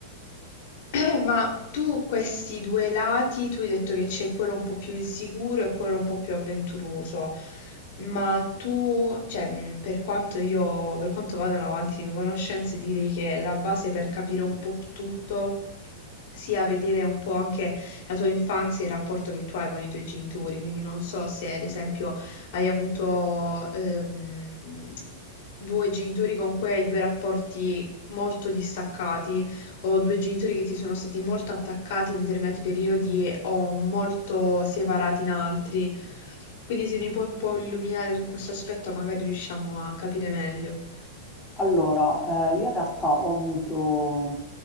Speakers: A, on the left; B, on the left.
A: <laughs> <clears throat> Ma tu questi due lati, tu hai detto che c'è quello un po' più insicuro e quello un po' più avventuroso, ma tu, cioè, mh, per quanto io, per quanto vadano avanti le mie conoscenze, direi che la base per capire un po' tutto sia vedere un po' anche la tua infanzia e il rapporto che tu hai con i tuoi genitori, quindi non so se ad esempio hai avuto ehm, due genitori con cui hai due rapporti molto distaccati ho due genitori che ti sono stati molto attaccati in determinati periodi e o molto separati in altri. Quindi se mi puoi un po' illuminare su questo aspetto, magari riusciamo a capire meglio.
B: Allora, eh, io in realtà ho avuto,